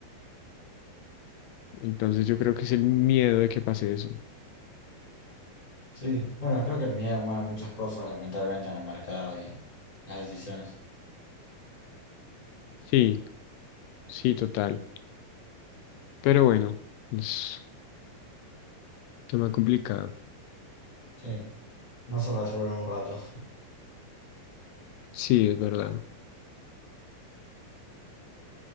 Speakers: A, on the left (about 80°); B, on the left (about 25°).
A: Entonces yo creo que es el miedo de que pase eso.
B: Sí, bueno, creo que el miedo mueve muchas cosas, lamentablemente, en el mercado y en las decisiones.
A: Sí, sí, total. Pero bueno, es un tema complicado.
B: Sí, no se resuelve en un rato.
A: Sí, es verdad.